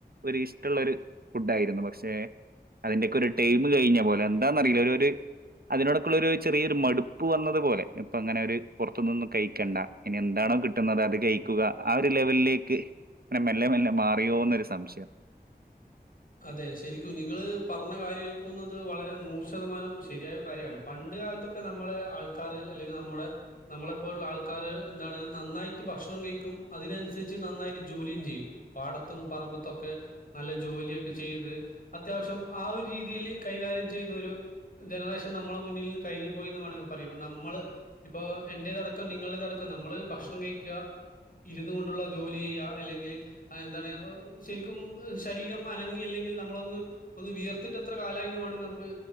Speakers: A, on the right (about 60°); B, on the left (about 55°).
A: ഒര് ഇഷ്ടള്ളൊരു ഫുഡായിരുന്നു. പക്ഷെ അതിന്റെയൊക്കെ ഒരു ടൈം കഴിഞ്ഞ പോലെ എന്താന്നറിയില്ല ഒരൊര് അതിനോടൊക്കൊള്ളൊരു ചെറിയൊരു മടുപ്പ് വന്നത് പോലെ ഇപ്പൊങ്ങനെ ഒരു പുറത്തുന്നൊന്നും കഴിക്കണ്ട ഇനി എന്താണ് കിട്ടുന്നതത് അത് കഴിക്കുക. ആ ഒരു ലെവലിലേക്ക് മെല്ലെ മെല്ലെ മാറിയോന്നൊരു സംശയം
B: <unintelligible> അതെ! ശരിക്കും നിങ്ങള് പറഞ്ഞ കാര്യം എനിക്ക് തോന്നുന്നത് അത് വളരെ നൂറ് ശതമാനം ശരിയായ കാര്യാണ്. പണ് ണ്ട് കാലത്തൊക്കെ നമ്മളെ ആൾക്കാര് അല്ലെങ്കിൽ നമ്മളെ നമ്മെളെ പോലുള്ള ആൾക്കാര് എന്താണ് നന്നായിട്ട് ഭക്ഷ ണം കഴിക്കും അതിനനുസരിച്ച് നന്നായിട്ട് ജോലിം ചെയ്യും. പാടത്തും പറമ്പത്തൊക്കെ നല്ല ജോലി ചെയ്ത് അത്യാവശ്യം ആ ഒരു രീതിയിൽ കൈകാര്യം ചെയ്യുന്ന ഒരു ജനറേഷൻ നമ്മളെ മുന്നിൽ കഴിഞ്ഞു പോയി എന്ന് വേണെങ്കി പറയും. ഇപ്പം നമ്മള് ഇപ്പോ എൻന്റെേതടക്കം നിങ്ങളുടെതടക്കം നമ്മള് ഭക്ഷണം കഴിക്ക്യാ ഇരുന്നു കൊണ്ടുള്ള ജോലി ചെയ്യാ അല്ലെങ്കിൽ എന്താണ് ശരിക്കും ശരീരം മനങ്ങി എല്ലെങ്കിൽ നമ്മളൊന്ന് ഒന്ന് വിയർത്തിട്ട് എത്ര കാലായിന്ന് വേണങ്കിൽ നമുക്ക്